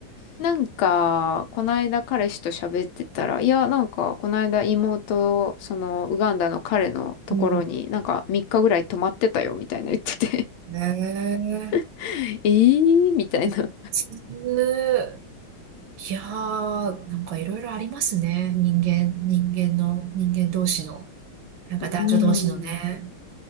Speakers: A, on the left (about 80°); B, on the right (about 75°).
A: なんか、こないだ彼氏と喋ってたら、いや、なんか、こないだ妹、その、ウガンダの彼のところに、
B: うん。
A: なんか、3日ぐらい泊まってたよ、みたいな言ってて
B: へえ
A: <laughs> えー、みたいな。
B: 普通。いやー、なんかいろいろありますね。人間、人間の、人間同士の、なんか男女同士のね。
A: うーん。